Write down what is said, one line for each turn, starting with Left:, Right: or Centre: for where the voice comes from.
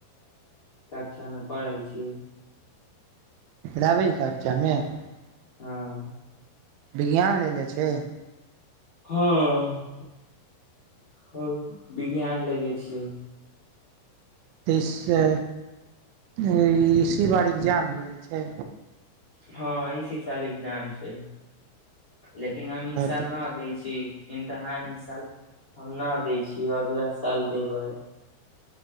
Left: अच्छामे पढ़ै छी
Right: <unintelligible>
Left: हँ
Right: विज्ञान लेले छै
Left: हँ- ह विज्ञान लेेने छियै
Right: त इ सँ ऐं इसी बार एक्जाम भेलै छै
Left: हँ इसी साल एक्जाम छै लेकिन हम ई साल
Right: तऽ
Left: ना दै छी इम्तिहान ई साल हम ना दै छी अगला साल देबै